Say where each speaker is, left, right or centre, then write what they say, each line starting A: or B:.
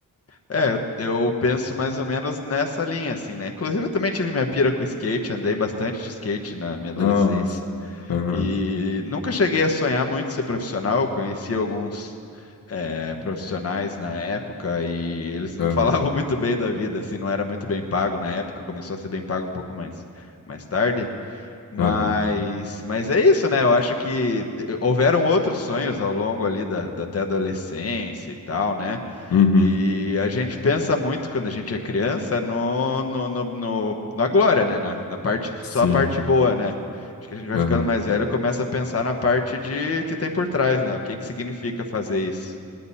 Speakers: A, on the left; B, on the left.
A: É, eu, eu penso mais ou menos nessa linha, assim, né? Inclusive, eu também tive minha pira com skate, andei bastante de skate na minha adolescência.
B: Ah, mas... Aham,
A: E nunca cheguei a sonhar muito ser profissional, conheci alguns eh, profissionais na época e eles não
B: aham,
A: falavam <laughs> muito bem da vida, assim, não era muito bem pago na época, começou a ser bem pago um pouco mais, mais tarde. Mas,
B: aham.
A: mas é isso, né? Eu acho que houveram outros sonhos ao longo ali da, da até adolescência e tal, né?
B: Uhum,
A: E a gente pensa muito quando a gente é criança no, no, no, no- na glória, né? Na, na parte, só
B: sim,
A: a parte boa, né? Acho que a gente vai
B: aham.
A: ficando mais velho e começa a pensar na parte de que tem por trás, né? O que que significa fazer isso?